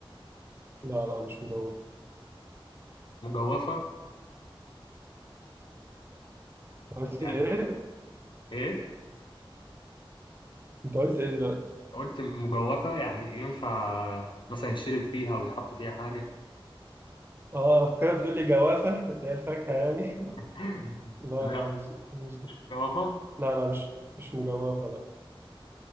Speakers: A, on the right (about 25°); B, on the left (about 60°).
A: لا لا مش مدون
B: مجوفة
A: قلت
B: يعني
A: ايه؟
B: إيه؟
A: انت قلت ايه دلوقتي؟
B: قلت مجوفة يعني ينفع مثلا يتشرب فيها أو يتحط فيها حاجة
A: اه فكرة بتقول لي جوافة <laughs> اللي هي الفاكهة يعني
B: <laughs>
A: <laughs> لا
B: لا
A: لا مش مش
B: مجوفة
A: لا لا مش مش مجوافة لا